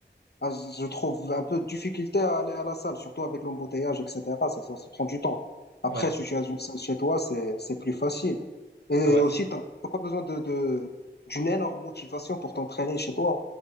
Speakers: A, on the left; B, on the right.
A: Ah, je je trouve un peu de difficulté à aller à la salle, surtout avec l'embouteillage, etc. Ça, ça, ça prend du temps. Après,
B: ouais.
A: si tu as une salle chez toi, c'est, c'est plus facile. Et
B: Ah bah,
A: aussi, t'as t'as pas besoin de, de, d'une énorme motivation pour t'entraîner chez toi.